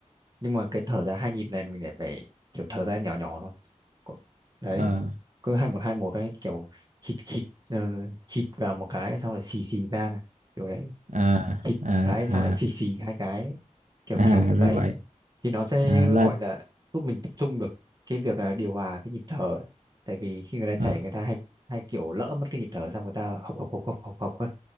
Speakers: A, on the right; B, on the right.
A: nhưng mà cái thở ra hai nhịp này mình lại phải kiểu thở ra nhỏ nhỏ thôi Có- đấy
B: ờ,
A: cứ hai một hai một đấy kiểu hít hít ờ, hít vào một cái xong lại xì xì ra kiểu đấy
B: à,
A: hít
B: à,
A: một cái xong lại
B: à,
A: xì xì hai cái kiểu
B: à,
A: kiểu như
B: ra
A: vậy
B: vậy.
A: thì nó sẽ
B: À, là
A: gọi là giúp mình tập trung được cái việc là điều hòa cái nhịp thở ấy. tại vì khi người ta
B: à,
A: chạy người ta hay hay kiểu lỡ mất cái nhịp thở xong người ta hộc hộc hộc hộc hộc hộc ấy.